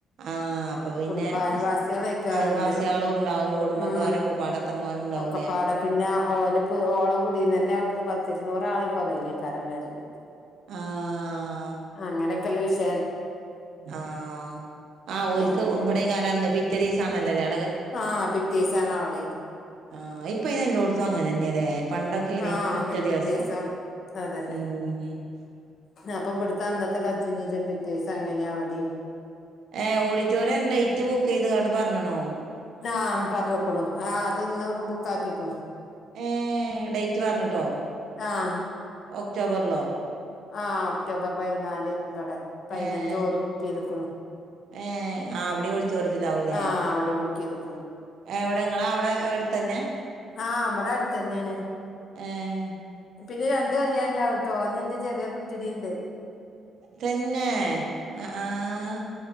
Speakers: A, on the right; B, on the left.
A: ആ അപ്പൊ പിന്നെ
B: കുടുംബം അയൽവാസ്യാള്
A: സ്
B: അയ്ൽക്കേറണ്ട്
A: അയൽവാസികളും ഉണ്ടാവും കുടുംബക്കാരൊക്കെ
B: ഉം ഉം
A: പാടെ തിറങ്ങാനുണ്ടാവൂലേ
B: ഒക്കെപ്പാടെ പിന്നെ ഓല്പ്പോ ഓളെ കുടീന്നെന്നെ അവ്ട്ന്ന് പത്തിരുന്നൂറള് കൊറീലേക്കാരം വെര്ല്
A: ആ
B: അങ്ങനെയൊക്കെല്ല വിഷ
A: ആഹ് ആ ഓൽക്ക്
B: ആഹ് അങ്ങനെയൊക്കെ
A: ഇവിടെ കാലംന്ന് പിറ്റേ ദിവസ ആണല്ലോല്ലേ
B: ആഹ് പിറ്റേ ദെവസാണ് അവിടെ
A: ആഹ് ഇപ്പ ഇത്‌യെല്ലോടത്തും അങ്ങനെ തന്നെയാണ് പണ്ടൊക്കെയാനെ
B: ആഹ്
A: ഒറ്റദിവസം
B: അങ്ങനെ പിറ്റേസം അതന്നെ
A: ഉം ഉമ് <unintelligible>
B: അപ്പൊ ഇവിടുത്തെ അന്നത്തെ <unintelligible> പിറ്റേസം അങ്ങനെയ അവിടെയും
A: ഏഹ് ഓഡിറ്റോറിയം ഡേറ്റ് ബുക്ക് ചെയ്തണ്ട് അത് പറഞ്ഞണോ
B: ആഹ് പറഞ്ഞെക്കുണു അഹ് അത് ഇന്ന് ബുക്ക് ആക്കിക്കൊളു
A: ഏ ഡേറ്റ് പറഞ്ഞിട്ടോ
B: ആഹ്
A: ഒക്ടോബറിലോ
B: ആഹ് ഒക്ടോബർ പതിനാല് ഇവിടെ പതിനഞ്ച്
A: ഏഹ്
B: ഓരും ബുക്ക് ചെയ്ത്ക്കണു
A: ഏഹ് ആഹ് അവടിം ഓഡിറ്റോറിയത്തിലാവുംല്ലേ
B: ആഹ് അവിടെയും ബുക്ക് ചെയ്തു
A: എവിടെ നിങ്ങളാ അവിടെ അടുത്ത്തന്നെ
B: ആഹ് ഇവിടെ അടുത്തന്നെയാണ്
A: ഏഹ്
B: പിന്നെ രണ്ട് കല്യാണം ഉണ്ടാവുട്ടോ അന്ന് എന്റെ ചെറിയ കുട്ടിടേം ഉണ്ട്
A: തന്നെ ആഹ്